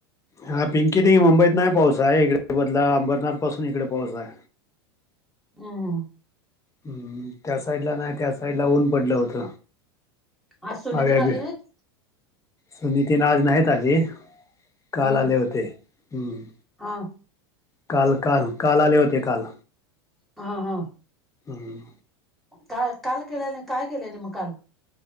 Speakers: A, on the left; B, in the centre.
A: हा पिंकी दी मुंबईत नाही पाऊस आहे इकडे बदला अंबरनाथ पासून इकडे पाऊस आहे.
B: हम्म हम्म.
A: हम्म त्या साईडला नाही त्या साईडला ऊन पडलं होत.
B: आज सुनी
A: भाव्या
B: तेन आली
A: भी
B: नाहीत
A: सुनीतीन आज नाहीत आली. काल
B: हम्म
A: आले होते हम्म
B: हा
A: काल काल काल आले होते काल.
B: हा हा.
A: हम्म.
B: का काल केलं नाही काय केल्यानी मग काल.